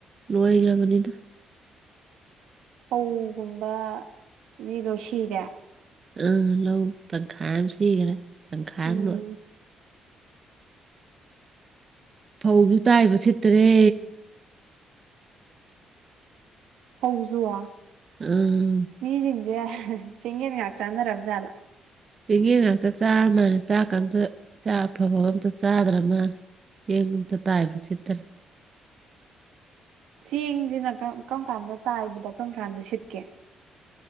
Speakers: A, on the right; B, on the right.
A: ꯂꯣꯏꯒ꯭ꯔꯕꯅꯤꯗ
B: ꯐꯧꯒꯨꯝꯕꯗꯤ ꯂꯣꯏ ꯁꯤꯔꯦ
A: ꯑ ꯂꯧ ꯇꯪꯈꯥꯏꯝ ꯁꯤꯒꯔꯦ ꯇꯪꯈꯥꯏ
B: ꯎꯝ
A: ꯑꯃ ꯂꯣꯛꯑꯦ ꯐꯧꯖꯨ ꯇꯥꯏꯕ ꯁꯤꯠꯇꯔꯦ
B: ꯍꯧꯖꯨꯋꯥ
A: ꯎꯝ
B: ꯃꯤꯖꯤꯡꯖꯦ ꯆꯦꯡꯌꯦꯟ ꯉꯥꯛ ꯆꯥꯟꯅꯔꯕ ꯖꯥꯠꯂ
A: ꯆꯦꯡꯉꯦꯟ ꯉꯥꯛꯇ ꯆꯥꯔ ꯃꯜꯂꯦ ꯆꯥꯛꯀ ꯑꯝꯇ ꯆꯥꯛ ꯑꯐꯕ ꯑꯇ ꯆꯥꯗ꯭ꯔ ꯃꯥ ꯆꯦꯡ ꯑꯝꯇ ꯇꯥꯏꯕ ꯁꯤꯠꯇ꯭ꯔ
B: ꯆꯦꯡꯖꯤꯅ ꯀꯝ ꯀꯔꯝ ꯀꯥꯟꯗ ꯇꯥꯏꯕꯗ ꯀꯔꯝ ꯀꯥꯟꯗ ꯁꯤꯠꯀꯦ